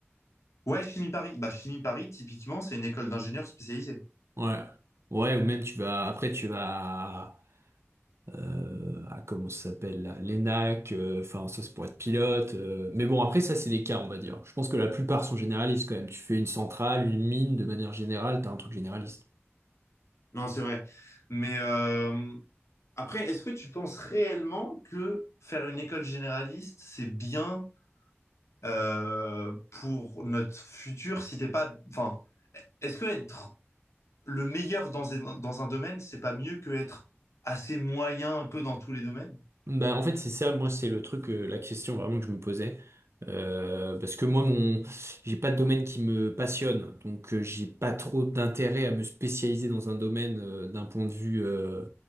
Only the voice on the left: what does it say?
Ouais, Chimie Paris. Bah, Chimie Paris, typiquement, c'est une école d'ingénieurs spécialisée.
Non, c'est vrai. Mais euh, après, est-ce que tu penses réellement que faire une école généraliste, c'est bien euh, pour notre futur si t'es pas... Enfin, est-ce que être le meilleur dans, un- dans un domaine, c'est pas mieux que être assez moyen un peu dans tous les domaines?